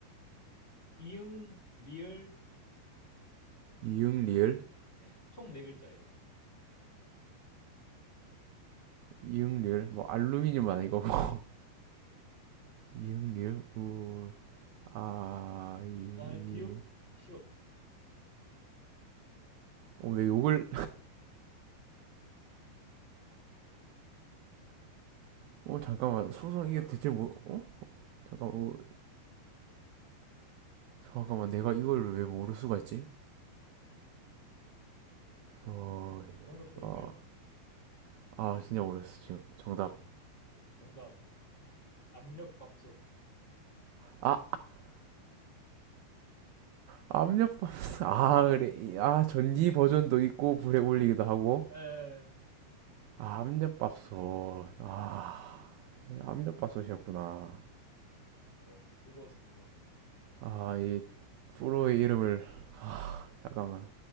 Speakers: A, on the left; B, on the right.
A: 이응, 리을,
B: 이응 리을?
A: 네, 총네 글자예요.
B: 이응 리을? 뭐 알루미늄 아니고. <laughs> 이응 리을? 우 아, 이,
A: 그 다음에 비읍,
B: 일.
A: 시옷.
B: 어, 왜 욕을? 어, 잠깐만. 소송 이게 대체 뭐? 어? 잠깐만. 어, 잠깐만. 내가 이걸 왜 모를 수가 있지? 어,
A: 정답 드릴까요?
B: 아, 아 진짜 모르겠어 지금. 정답.
A: 정답 압력밥솥.
B: 아, 압력밥솥. <laughs> 아, 그래. 이- 아, 전기 버전도 있고 불에 올리기도 하고.
A: 에,
B: 아, 압력밥솥. 아,
A: 아, 예.
B: 예, 압력밥솥이었구나.
A: 뭐, 즐거웠습니다.
B: 아, 이 프로의 이름을 잠깐만.